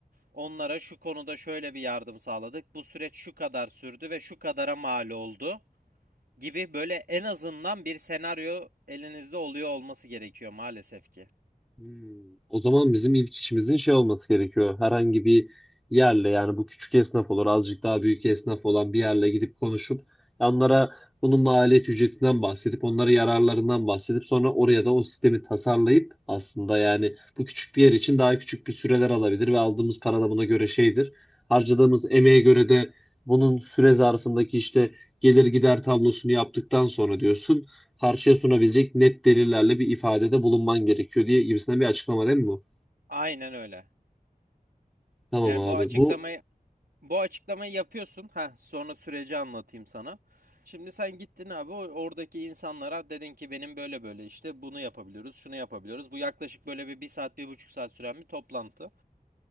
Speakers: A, on the right (about 80°); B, in the centre.
A: Onlara şu konuda şöyle bir yardım sağladık. Bu süreç şu kadar sürdü ve şu kadara mal oldu gibi böyle en azından bir senaryo elinizde oluyor olması gerekiyor maalesef ki.
B: Hmm. O zaman bizim ilk işimizin şey olması gerekiyor. Herhangi bir yerle yani bu küçük esnaf olur, azıcık daha büyük esnaf olan bir yerle gidip konuşup onlara bunun maliyet ücretinden bahsedip onlara yararlarından bahsedip sonra oraya da o sistemi tasarlayıp aslında yani bu küçük bir yer için daha küçük bir süreler alabilir ve aldığımız para da buna göre şeydir. Harcadığımız emeğe göre de bunun süre zarfındaki işte gelir gider tablosunu yaptıktan sonra diyorsun karşıya sunabilecek net delillerle bir ifadede bulunman gerekiyor diye gibisinden bir açıklama değil mi bu?
A: Aynen öyle.
B: Tamam
A: Yani
B: abi.
A: bu açıklamayı
B: Bu
A: bu açıklamayı yapıyorsun. Ha, sonra süreci anlatayım sana. Şimdi sen gittin abi o- oradaki insanlara dedin ki benim böyle böyle işte bunu yapabiliyoruz, şunu yapabiliyoruz. Bu yaklaşık böyle bir, bir saat, bir buçuk saat süren bir toplantı.